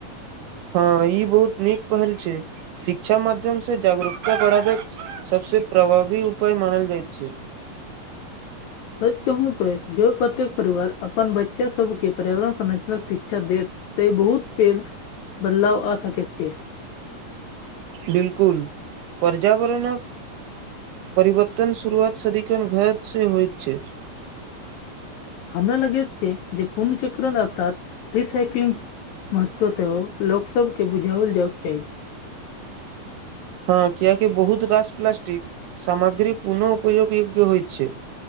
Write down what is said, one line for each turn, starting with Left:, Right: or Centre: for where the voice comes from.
Right: हँ ई बहुत नीक पहल छै शिक्षा माध्यम से जागरूकता बढ़ाबे के सबसे प्रभावी उपाय मानल जाइत छै।
Left: सच कहू तोै जो प्रत्येक परिवार अपन बच्चा सबके पर्यावरण संरचना शिक्षा देत त बहुत पेर बदलाव आ सकेत छै
Right: बिल्कुल पर्यावरणक परिवतन शुरुआत सदखन घर से होइत छै
Left: हमरा लगे छै जे पूर्णचक्र अर्थात रिसइकलिंग ' महत्व सेहो लोक सब के बुझाओल जायक चाही
Right: हँ कियाकि बहुत राश प्लास्टिक सामग्री पुनः उपयोग योग्य होइ छै